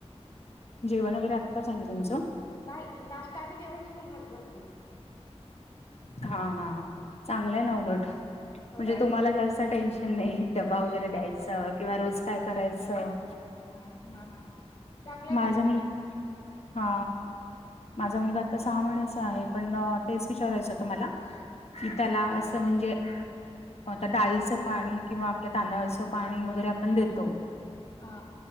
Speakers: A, on the left (about 70°); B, on the left (about 45°).
A: जेवण वगैरे आत्ता झालं तुमचं?
B: नाही नाश्ता आणि जेवण स्कूलमध्येच असतं.
A: हा चांगलं ना उलट
B: होय
A: म्हणजे तुम्हाला जास्त टेन्शन नाही. डबा
B: नाही
A: वगैरे द्यायचं किंवा रोज काय करायचं?
B: हाय हा हा. चांगलं असतंय
A: माझा मुल हा. माझा मुलगा आता सहा म्हणायचा आहे पण तेच विचारायचं होत मला. की त्याला असं म्हणजे आता डाळीचं पाणी किंवा आपल्या तांदळाचं पाणी वगैरे आपण देतो.
B: हा.